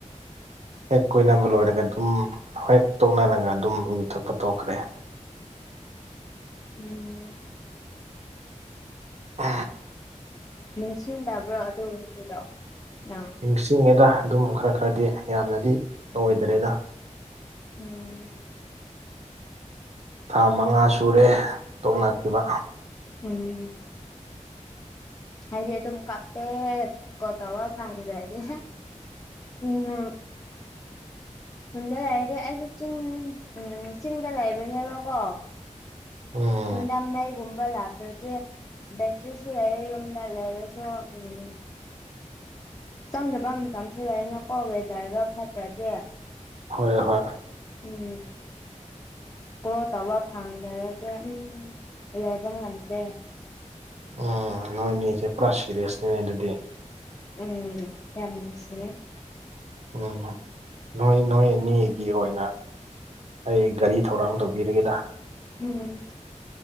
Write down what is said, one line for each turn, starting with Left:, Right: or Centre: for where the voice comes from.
Right: ꯍꯦꯛ ꯀꯣꯏꯅꯕ ꯂꯣꯏꯔꯒ ꯑꯗꯨꯝ ꯍ ꯍꯦꯛ ꯇꯣꯛꯅꯔꯒ ꯑꯗꯨꯝ ꯌꯨꯊꯛꯄ ꯇꯣꯛꯈ꯭ꯔꯦ
Left: ꯎꯝ
Right: ꯎ
Left: ꯅꯤꯡꯁꯤꯡꯗꯕ꯭ꯔꯣ ꯑꯗꯨꯗꯨꯔꯣ ꯅꯪ
Right: ꯅꯤꯡꯁꯤꯡꯉꯦꯗ ꯑꯗꯨꯝ ꯈꯔ ꯈꯔꯗꯤ ꯌꯥꯝꯅꯗꯤ
Left: ꯎꯝ
Right: ꯑꯣꯏꯗ꯭ꯔꯦꯗ
Left: ꯎꯝ
Right: ꯊꯥ ꯃꯉꯥ ꯁꯨꯔꯦ ꯇꯧꯅꯈꯤꯕ
Left: ꯎꯝ ꯍꯥꯏꯗꯤ ꯑꯗꯨꯝ ꯀꯞꯄꯦ ꯀꯣꯠꯇꯋꯥ ꯐꯗ꯭ꯔ ꯍꯥꯏꯗꯤ ꯎꯝ ꯎꯝ ꯈꯨꯟꯗ ꯂꯩꯔꯗꯤ ꯑꯩꯁꯨ ꯆꯤꯡ ꯎ ꯆꯤꯡꯗ ꯂꯩꯕꯅꯦꯕꯀꯣ
Right: ꯑꯣ
Left: ꯍꯨꯟꯗ ꯃꯒꯨꯝꯕ ꯂꯇꯔꯁꯦ ꯕꯦꯇ꯭ꯔꯤꯁꯨ ꯂꯩ ꯌꯨꯝꯗ ꯂꯩꯔꯁꯨ ꯎꯝ ꯆꯪꯗꯕ ꯃꯇꯝꯁꯨ ꯂꯩꯅꯀꯣ ꯋꯦꯗꯔꯗꯣ ꯐꯠꯇ꯭ꯔꯗꯤꯦ
Right: ꯍꯣꯏ ꯍꯣꯏ
Left: ꯎꯝ ꯀꯣ ꯇꯧꯕ ꯐꯪꯗꯔꯗꯤꯦ ꯎꯝ ꯌꯥꯕ ꯉꯝꯗꯦ
Right: ꯎꯝ ꯅꯣꯏꯅꯦ ꯏꯆꯦ ꯄꯨꯔꯥ ꯁꯤꯦꯔꯤꯌꯁꯅꯦꯅꯦ ꯑꯗꯨꯗꯤ
Left: ꯎꯝ ꯌꯥꯝꯁꯤ
Right: ꯎꯝ ꯅꯣꯏ ꯅꯣꯏ ꯑꯅꯤꯒꯤ ꯑꯣꯏꯅ ꯑꯩ ꯒꯥꯔꯤ ꯊꯧꯔꯥꯡ ꯇꯧꯕꯤꯔꯒꯦꯗ
Left: ꯎꯝ